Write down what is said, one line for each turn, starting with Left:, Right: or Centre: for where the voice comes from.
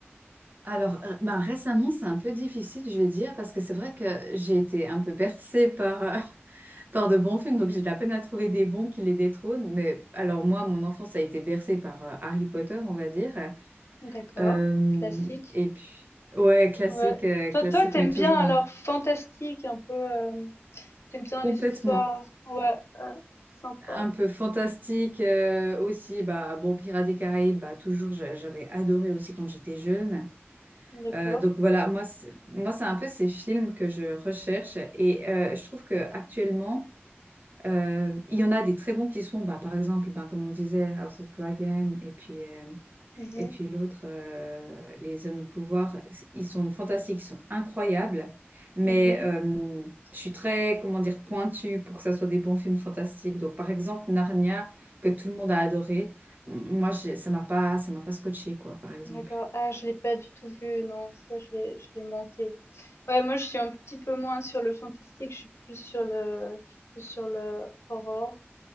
Right: Alors, euh, ben, récemment, c'est un peu difficile, je vais dire, parce que c'est vrai que j'ai été un peu bercée par, euh, <laughs> par de bons films, donc j'ai de la peine à trouver des bons qui les détrônent. Mais alors, moi, mon enfance a été bercée par euh, Harry Potter, on va dire.
Left: D'accord,
Right: Euh,
Left: classique.
Right: et puis, ouais, classique,
Left: Ouais.
Right: euh,
Left: Toi,
Right: classique,
Left: toi, t'aimes
Right: mais toujours
Left: bien alors
Right: en-
Left: fantastique, un peu, euh, t'aimes bien
Right: complètement
Left: les histoires. Ouais, euh, sympa.
Right: un peu fantastique euh, aussi bah bon Pirates des Caraïbes bah toujours j'a- j'avais adoré aussi quand j'étais jeune
Left: D'accord.
Right: Euh, donc voilà, moi, c'est- moi, c'est un peu ces films que je recherche et euh, je trouve que actuellement, euh, il y en a des très bons qui sont, bah, par exemple, bah, comme on disait, House of Dragon et puis euh,
Left: Mhm,
Right: et puis l'autre, euh, Les zones de Pouvoir, c- ils sont fantastiques, ils sont incroyables, mais
Left: mhm.
Right: euh, je suis très, comment dire, pointue pour que ça soit des bons films fantastiques. Donc par exemple, Narnia, que tout le monde a adoré, m- moi, j'ai- ça m'a pas, ça m'a pas scotché, quoi, par exemple.
Left: D'accord. Ah, je l'ai pas du tout vu, non, ça, je l'ai, je l'ai manqué. Ouais, moi, je suis un petit peu moins sur le fantastique, je suis plus sur le, je suis plus sur le horror.